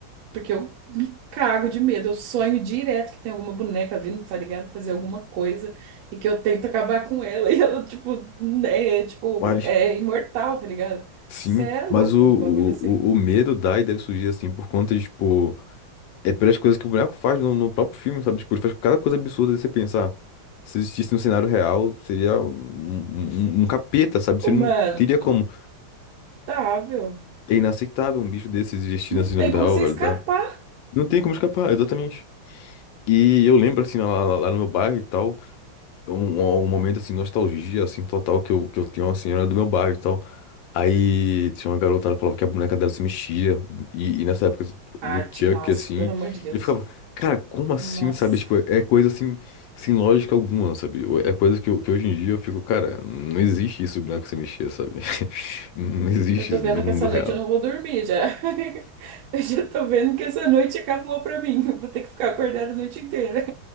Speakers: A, on the right; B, on the left.
A: Porque eu me cago de medo. Eu sonho direto que tem alguma boneca vindo, tá ligado? Fazer alguma coisa e que eu tento acabar com ela. <laughs> E ela, tipo, né? é, Tipo,
B: Mas.
A: é imortal, tá ligado?
B: Sim,
A: Cê é louco,
B: mas o, o,
A: um bagulho assim.
B: o o medo dá e deve surgir assim por conta de, tipo, é pelas coisas que o boneco faz no, no próprio filme, sabe? Tipo, ele faz cada coisa absurda de você pensar. Se existisse no cenário real, seria um, um, um um capeta, sabe?
A: Ô,
B: Você
A: Mano,
B: não teria como.
A: inaceitável.
B: É inaceitável um bicho desse existir
A: Não
B: assim na
A: tem
B: vida
A: como
B: real,
A: você
B: velho.
A: escapar.
B: Dá. Não tem como escapar, exatamente. E eu lembro, assim, lá, lá lá no meu bairro e tal. um, um um momento assim, nostalgia, assim, total, que eu, que eu tinha, uma senhora do meu bairro e tal. Aí tinha uma garota, ela falava que a boneca dela se mexia. E, e nessa época
A: Ah,
B: do
A: ti-
B: Chuck,
A: nossa,
B: assim,
A: pelo amor de Deus.
B: eu ficava, cara, como assim,
A: Nossa.
B: sabe? Tipo, é coisa assim, sem lógica alguma, sabe? É coisa que, eu- que hoje em dia eu fico, cara, não existe isso, boneca se mexer, sabe? <laughs> Não existe
A: Eu tô
B: isso
A: vendo
B: no
A: que
B: mundo
A: essa noite
B: real.
A: eu não vou dormir já. <laughs> Eu já tô vendo que essa noite acabou pra mim. <laughs> Vou ter que ficar acordada a noite inteira.